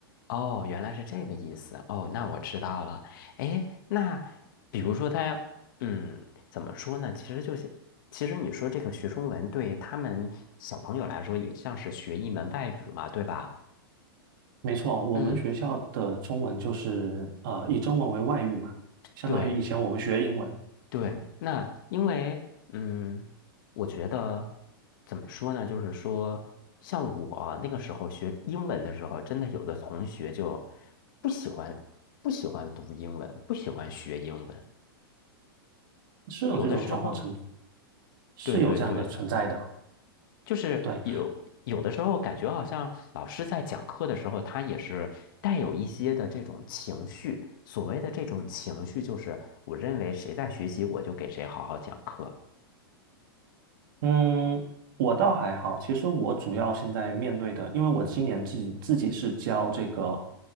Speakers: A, on the left; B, on the right.
A: 哦，原来是这个意思。哦，那我知道了。哎，那比如说他要，嗯，怎么说呢？其实就是，其实你说这个学中文对他们小朋友来说，也像是学一门外语嘛，对吧？
B: 没错，我们学校的中文就是呃以中文为外语嘛，
A: 嗯，
B: 相当于以前我们学英文，
A: 对对。那因为，嗯，我觉得怎么说呢？就是说，像我那个时候学英文的时候，真的有的同学就不喜欢，不喜欢读英文，不喜欢学英文。
B: 是有这种状况存，
A: 有的时候，
B: 是有这样的存在的。
A: 对对对，就是有有的时候感觉好像老师在讲课的时候，
B: 对，
A: 他也是带有一些的这种情绪。所谓的这种情绪，就是我认为谁在学习，我就给谁好好讲课。
B: 嗯，我倒还好，其实我主要现在面对的，因为我今年自己自己是教这个